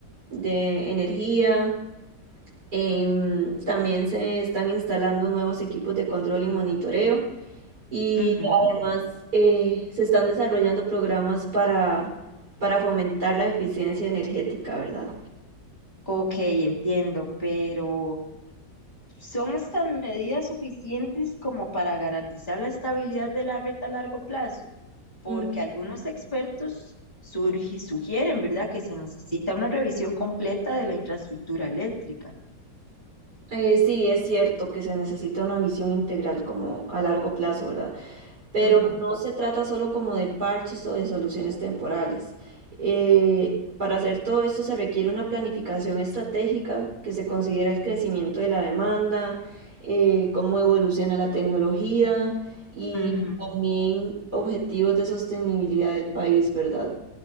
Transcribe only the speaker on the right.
de energía. em, también se están instalando nuevos equipos de control y monitoreo. Y
además eh, se están desarrollando programas para, para fomentar la eficiencia energética, ¿verdad?
Mm.
Eh, sí, es cierto que se necesita una visión integral como a largo plazo, ¿verdad? Pero
no se trata solo como de parches o de soluciones temporales. Eh, para hacer todo esto se requiere una planificación estratégica que se considera el crecimiento de la demanda, eh, cómo evoluciona la tecnología y
también objetivos de sostenibilidad del país, ¿verdad?